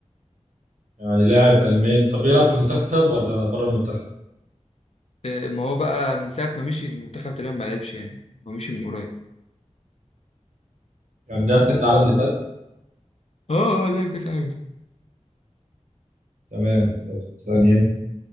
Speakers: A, on the right; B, on the left.
A: يعني لاعب الماني طب بيلعب في المنتخب ولا بره المنتخب
B: آه، ما هو بقى من ساعة ما مشي المنتخب تقريبا ما لعبش يعني هو مشي من قريب
A: يعني لعب كاس العالم اللي فات
B: اه اه لعب كويس أوي
A: تمام طب ثانيه